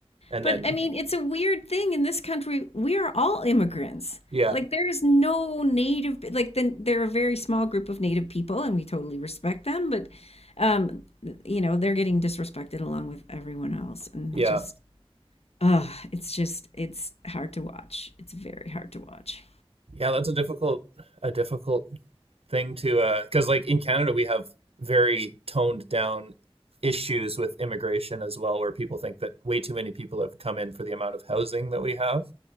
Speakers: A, on the right; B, on the left.
A: and
B: But
A: then
B: I mean, it's a weird thing in this country. We are all immigrants.
A: Yeah.
B: Like there is no native, like then they're a very small group of native people, and we totally respect them. But um, you know, they're getting disrespected along with everyone else, and
A: Yeah.
B: just, uh, it's just, it's hard to watch. It's very hard to watch.
A: yeah, that's a difficult a difficult thing to uh cuz like in Canada we have very toned down issues with immigration as well where people think that way too many people have come in for the amount of housing that we have.